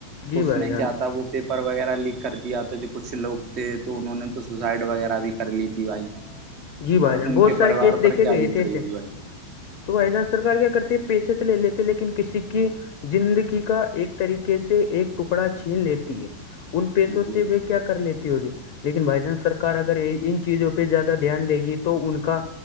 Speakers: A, on the left; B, on the right.
A: جی
B: تو اس
A: بھائی
B: میں
A: جان
B: کیا تھا وہ پیپر وغیرہ لیک کر دیا تو جو کچھ لوگ تھے تو انہوں نے تو سوسائڈ وغیرہ بھی کر لی تھی بھائی
A: جی بھائی
B: اور
A: جان
B: ان
A: بہت
B: کے
A: سارے
B: پریوار
A: کیس دیکھے
B: پر کیا
A: گئے
B: بیت
A: تھے ایے
B: رہی ہوگی
A: تو ای جہاں سرار کیا کرتی ہے پیسے تو لے لیتے لیکن کسی کی زندگی کا ایک طریقے سے ایک ٹکڑا چھین لیتی ہے ان
B: بھائی
A: پیسوں سے بھی کیا کر لیتی ہوگی لیکن بھائی چانس سرکار اگر ان چیزوں پہ زیادہ دھیان دے گی تو ان کا